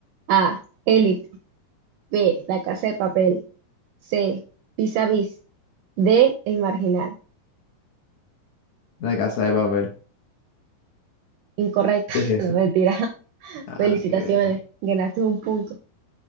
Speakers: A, on the right; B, on the left.
A: A. Élite. B. La casa de papel. C. Vis a vis. D. El marginal.
B: La casa de papel.
A: Incorrecto.
B: Es
A: <laughs>
B: esa.
A: No, mentira.
B: Ah,
A: Felicitaciones.
B: qué...
A: Ganaste un punto.